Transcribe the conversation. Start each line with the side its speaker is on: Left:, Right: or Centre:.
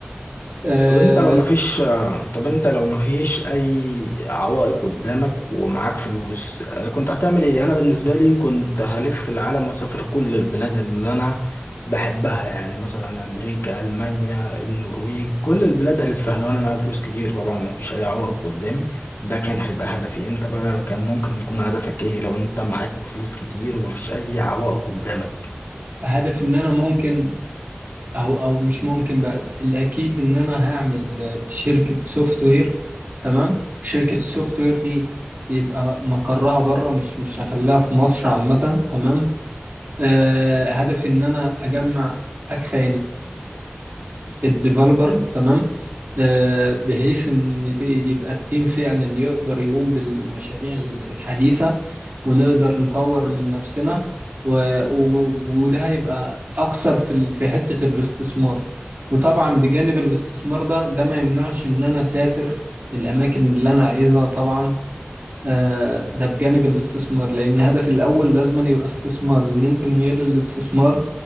Right: آه،
Left: طب انت لو مفيش طب انت لو مفيش اي عوائق قدامك ومعاك فلوس اه، كنت هتعمل ايه انا بالنسبه لي كنت هلف العالم واسافر كل البلاد اللي انا بحبها يعني مثلا امريكا المانيا النرويج كل البلاد هلفها لو انا معايا فلوس كتير طبعا ومفيش اي عوائق قدامي ده كان هيبقى هدفي انت بقى كان ممكن يكون هدفك ايه لو انت معاك فلوس كتير ومفيش اي عوائق قدامك
Right: هدف ان انا ممكن او او مش ممكن بقى الاكيد ان انا هعمل آه، شركه سوفت وير تمام شركه السوفت وير دي يبقى مقرها بره مش مش هخليها في مصر عامه تمام آه، هدفي ان انا اجمع اكفى الديفلوبر تمام آه، بحيث ان ت- يبقى التيم فعلا يقدر يقوم بالمشاريع الحديثة ونقدر نطور من نفسنا و... و... وده هيبقى اكثر في ال... في حتة الاستثمار وطبعا بجانب الاستثمار ده ده ما يمنعش ان انا اسافر الاماكن اللي انا عايزها طبعا آه، ده بجانب الاستثمار لأن الهدف الأول لازم يبقى استثمار لأن أنت من غير الاستثمار